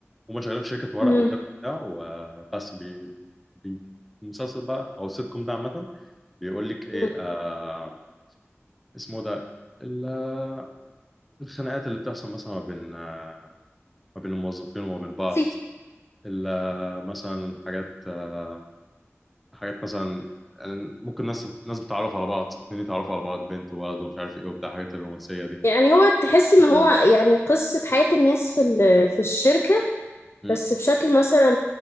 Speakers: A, in the centre; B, on the left.
A: هما شغالين في شركه ورق
B: امم
A: وكده وبتاع وبس بي, بي المسلسل بقى او السيت كوم ده عامه بيقول لك ايه
B: أمم.
A: آه اسمه ده ال- الخناقات اللي بتحصل مثلا ما بين آه ما بين الموظفين وما
B: <laughs>
A: بين بعض
B: سي
A: ال- آه، مثلا الحاجات آه حاجات مثلا يعني ممكن ناس ناس بتتعرف على بعض اتنين يتعرفوا على بعض بنت وولد ومش عارف ايه وبتاع الحاجات الرومانسيه دي
B: يعني هو تحس ان
A: لا.
B: هو يعني قصه حياه الناس في ال- في الشركه
A: مم،
B: بس بشكل مثلا